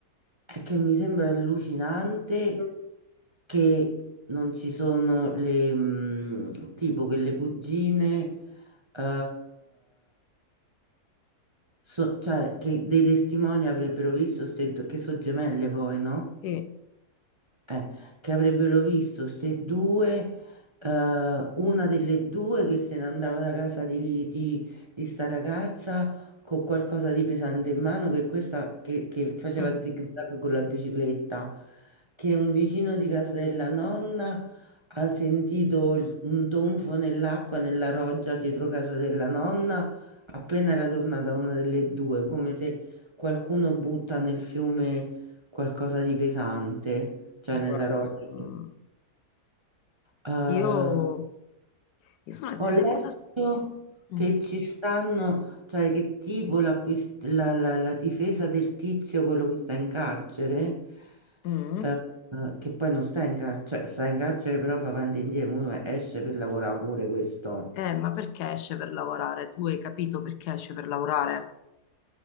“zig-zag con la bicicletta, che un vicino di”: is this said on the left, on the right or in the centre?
Right